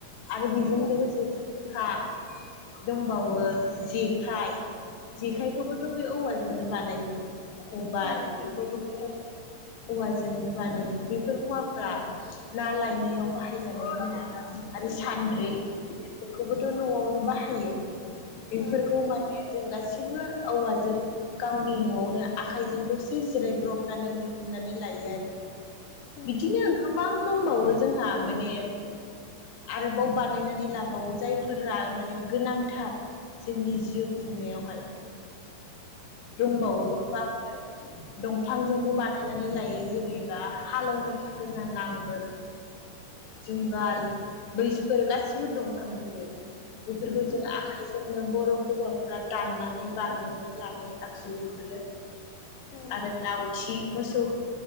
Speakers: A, on the left; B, on the left.
A: आरो बेजों
B: औ
A: लोगोसे जोंहा दंबावो जेखाय जेखायखौबोथ' बे औवाजोंनो बानायो। खबाय
B: औ
A: बेखौबो
B: औ नंगौ
A: जों औवाजोंनो बानायो बेफोर मुवाफोरा ना लायनायाव बाहायजानाय मुवा। आरो सान्द्रि।
B: औ
A: बेखौबोथ' न'आवनो बाहायो बेफोरखौ
B: औ
A: माने जों गासिबो औवाजों गावनि न'आवनो आखाइजों दसे जिरायब्रबनानै दिहुननानै लायो आरो।
B: उम
A: बिदिनो
B: उम
A: गोबां दंबावो जोंहा बिनि आरोबाव बानायनानै ला बाव जायफोरा माने गोनांथार जोंनि जिउ खुंनायावहाय। दंबावो
B: उम उम
A: गोबांनो। दंफांजोंबो
B: औ
A: बानायनानै लायो जेनेबा हालेवनो थाखाय जोंहा नांगोल। जुंगाल बैसफोर गासिबो दंफां जोंनो बेफोरखौ जों
B: उम उम
A: आखाइजोंनो बर' हौवाफ्रा दाननानै बानायनानै लानाय। आगजु बेफोरो
B: औ
A: आरो लावथि मोसौ।